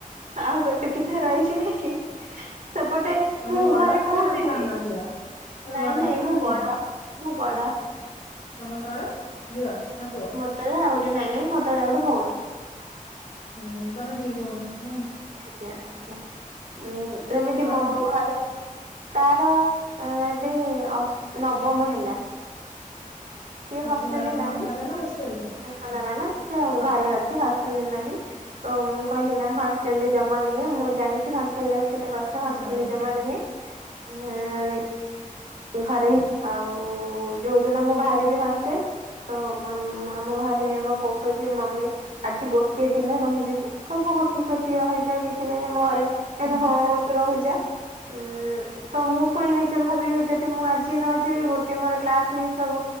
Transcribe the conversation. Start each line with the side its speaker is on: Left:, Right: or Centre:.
Right: ଆଉ ଗୋଟେ ଦିନ ରହିଯିବ କି। ସେପଟେ
Left: ତମେ
Right: ମୁଁ
Left: ବଡ
Right: ଘରେ
Left: ନା
Right: କହୁଥିବି
Left: ସାନ ଝିଅ ତମେ
Right: ନାଇଁ
Left: ବଡ
Right: ନାଇଁ
Left: ଝିଅ ନା
Right: ମୁଁ
Left: ସାନ
Right: ବଡ।
Left: ଝିଅ
Right: ମୁଁ ବଡ଼।
Left: ତମ ତଳେ ଝିଅ ନା ପୁଅ।
Right: ମୋ ତଳେ ଆଉ ଗୋଟେ ନାଇଁ ନାଇଁ ମୋ ତଳେ ଆଉ ଗୋଟେ ଭଉଣି‌।
Left: ହୁଁ ହୁଁ ତମେ ଦି ଭଉଣୀ ନାଇଁ‌।
Right: ଆଜ୍ଞା ଆଜ୍ଞା ଉଁ
Left: ସିଏ
Right: ଯେମିତି
Left: କଣ କରନ୍ତି
Right: ମୋ ଘରେ। ତାର ଏବେ ଅସ୍ ନବମ ହେଲା। ସିଏ
Left: ହଉ
Right: ହଷ୍ଟେଲ
Left: ସେ ବାପା
Right: ରେ ନାହିଁ
Left: ମାଙ୍କ ପାଖରେ ନା ହଷ୍ଟେଲରେ
Right: ଏଁ ସାନ
Left: ଆଚ୍ଛା
Right: ଟା ନା ସିଏ
Left: ହଉ
Right: ଘରେ ଅଛି ହସ ଷ୍ଟେଲ ରେ ନାହିଁ ତ ମୁଁ କହିଲି ନା ହଷ୍ଟେଲରେ ଜମା ନୁହେଁ ମୁଁ ଜାଣିଛି ହଷ୍ଟେଲ୍ ଲାଇଫ୍ କେତେ କଷ୍ଟ। ଷ୍ଟ ହଷ୍ଟେଲ
Left: ନା ନା
Right: ରେ ଜମା
Left: ନା।
Right: ନୁହେଁ ଏଁ। ଘରେ ହିଁ ଆଉ ଯୋଉ ଦିନ ମୁଁ ବାହାରିବି ହଷ୍ଟେଲ। ତ ମ ମ୍ ଆମ ଘରେ ମୋ ବୋଉ କୁ କହିବି ମମି। ଆଜି ଗୋଟିଏ ଦିନ ରହିଯିବ କହିବ ହଉ ଠିକ୍ ଅଛି ରହିଯା କିଛି ନାହିଁ ଆମ ଘରେ। କହିବ
Left: ହୁଁ
Right: ହଁ ତୁ ରହିଯା ଉଁ ତ ମୁଁ ପୁଣି ନିଜେ ଭାବିବି। ଯଦି ମୁଁ ଆଜି ନ ଯିବି ଗୋଟେ ମୋର କ୍ଲାସ ମିସ ହବ